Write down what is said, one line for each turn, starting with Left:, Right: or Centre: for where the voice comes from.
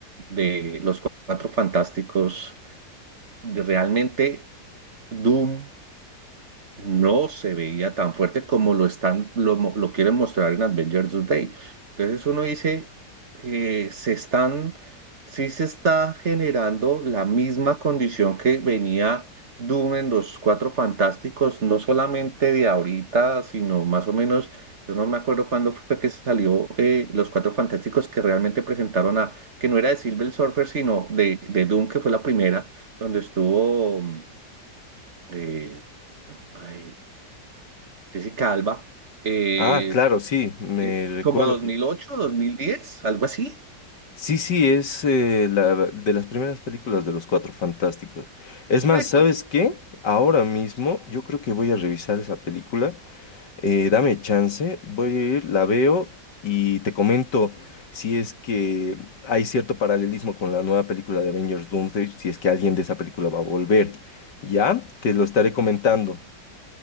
Right: de Los Cuatro Fantásticos, de realmente Doom no se veía tan fuerte como lo están, lo, mo- lo quieren mostrar en Avengers Day. Entonces uno dice, eh, se están, sí se está generando la misma condición que venía Doom en los Cuatro Fantásticos, no solamente de ahorita, sino más o menos, yo no me acuerdo cuándo fue que salió eh, los Cuatro Fantásticos que realmente presentaron a, que no era de Silver Surfer, sino de, de Doom, que fue la primera, donde estuvo eh, no, ay, Jessica Alba, eh,
Left: Ah, claro, sí, me
Right: es
Left: recuerdo.
Right: como 2008, 2010 algo así.
Left: Sí, sí, es eh, la, de las primeras películas de los Cuatro Fantásticos. Es más,
Right: Correcto.
Left: ¿sabes qué? Ahora mismo yo creo que voy a revisar esa película Eh, dame chance, voy a ir, la veo y te comento si es que hay cierto paralelismo con la nueva película de Avengers Doomsday, si es que alguien de esa película va a volver. ¿Ya? Te lo estaré comentando.